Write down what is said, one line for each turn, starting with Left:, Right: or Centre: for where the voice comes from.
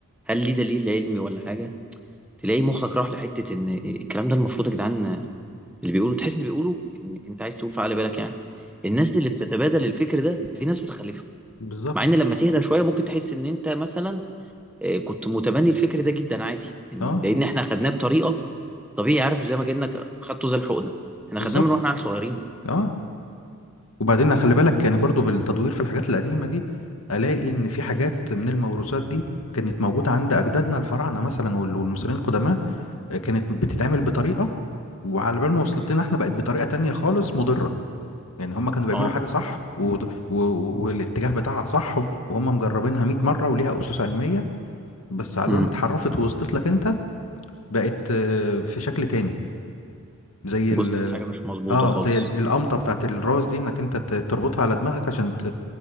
Centre: هل ليه دليل علمي ولا حاجة تلاقي مخك راح لحته ان الكلام ده المفروض يا جدعان اللي بيقولوا تحس ان بيقولوا ان انت عايز تقول في عقل بالك يعني الناس اللي بتتبادل الفكر ده دي ناس متخلفه
Left: بالظبط
Centre: مع ان لما تهدى شويه ممكن تحس ان انت مثلا آه، كنت متبني الفكر ده جدا عادي إن-
Left: اه
Centre: لان احنا خدناه بطريقه طبيعي عارف زي ما كانك خدته زي الحقنه احنا
Left: بالظبط
Centre: خدناه من واحنا عيال صغيرين
Left: اه وبعدين خلي بالك يعني برضو بالتدوير في الحاجات القديمه دي الاقي ان في حاجات من الموروثات دي كانت موجوده عند اجدادنا الفراعنه مثلا وال- والمصريين القدماء آه، كانت بتتعمل بطريقه وعلى بال ما وصلت لنا احنا بقت بطريقه تانية خالص مضره يعني هم كانوا بيعملوا
Centre: اه
Left: حاجة صح و... و... و- والاتجاه بتاعها صح وهم مجربينها 100 مرة وليها أسس علمية بس على
Centre: امم
Left: بال ما اتحرفت ووصلت لك انت بقت آه، في شكل تاني زي
Centre: وصلت
Left: ال... ال-
Centre: حاجه مش مظبوطه
Left: اه
Centre: خالص
Left: زي ال- القمطة بتاعت الراس دي انك انت ت- تربطها على دماغك عشان ت...